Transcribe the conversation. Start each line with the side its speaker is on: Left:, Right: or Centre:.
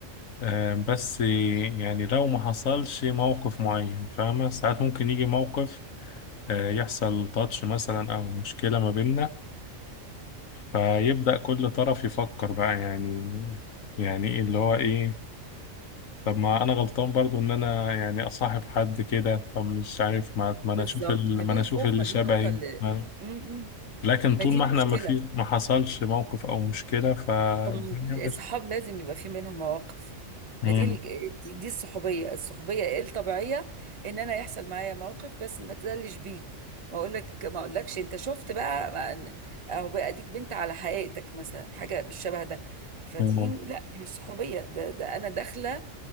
Left: آه بس يعني لو ما حصلش موقف معين فاهمة ساعات ممكن يجي موقف آه يحصل تاتش مثلا أو مشكلة ما بيننا فيبدأ كل طرف يفكر بقى يعني يعني ايه اللي هو ايه طب ما انا غلطان برضو ان انا يعني اصاحب حد كده طب مش عارف ما, ما انا
Right: بالظبط
Left: اشوف ال-
Right: ما
Left: ما
Right: دي
Left: انا اشوف
Right: الخوف
Left: اللي
Right: ما
Left: شبهي
Right: دي النقطة اللي
Left: ما-
Right: م- م.
Left: لكن طول
Right: ما دي
Left: ما
Right: المشكلة
Left: احنا ما في ما حصلش موقف او مشكلة فالدنيا
Right: طب ما دي
Left: ماشية
Right: الصحاب لازم يبقى في منهم مواقف
Left: مم.
Right: ما دي ال- دي دي الصحوبية الصحوبية إيه الطبيعية ان انا يحصل معايا موقف بس ما تزلش بيه ما اقولك ما اقولكش انت شفت بقى ما- اهو بقى اديك بنت على حقيقتك مثلا حاجة بالشبه ده فدي
Left: مم.
Right: لا دي مش صحوبية ده, ده انا داخلة